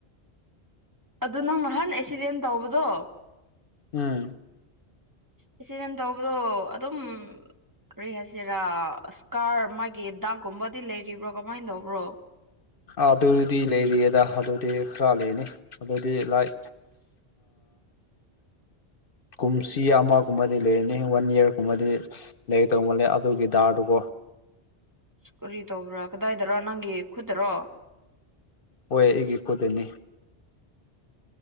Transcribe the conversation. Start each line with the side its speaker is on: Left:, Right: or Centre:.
Right: ꯑꯗꯨ ꯅꯪ ꯅꯍꯥꯟ ꯑꯦꯛꯁꯤꯗꯦꯟ ꯇꯧꯕꯗꯣ
Left: ꯎꯝ
Right: ꯑꯦꯁꯤꯗꯦꯟ ꯇꯧꯕꯗꯣ ꯑꯗꯨꯝ ꯀꯔꯤ ꯍꯥꯏꯁꯤꯔꯥ ꯏꯁꯀꯥꯔ ꯃꯥꯒꯤ ꯗꯥꯛꯀꯨꯝꯕꯗꯤ ꯂꯩꯔꯤꯕ꯭ꯔꯣ ꯀꯃꯥꯏꯅ ꯇꯧꯕ꯭ꯔꯣ
Left: ꯑꯗꯨꯗꯤ ꯂꯩꯔꯤꯌꯦꯗ ꯑꯗꯨꯗꯤ ꯈꯔ ꯂꯩꯅꯤ ꯑꯗꯨꯗꯤ ꯂꯥꯏ
Right: <inaudible>
Left: ꯀꯨꯝꯁꯤ ꯑꯃꯒꯨꯝꯕꯗꯤ ꯂꯩꯔꯅꯤ ꯋꯥꯟ ꯌꯤꯌꯔꯒꯨꯝꯕꯗꯤ ꯂꯩꯒꯗꯧ ꯃꯜꯂꯦ ꯑꯗꯨꯒꯤ ꯗꯥꯔꯗꯨꯀꯣ
Right: ꯀꯔꯤ ꯇꯧꯕ꯭ꯔ ꯀꯗꯥꯏꯗ꯭ꯔꯣ ꯅꯪꯒꯤ ꯈꯨꯠꯇꯔꯣ
Left: ꯍꯣꯏ ꯑꯩꯒꯤ ꯈꯨꯠꯇꯅꯦ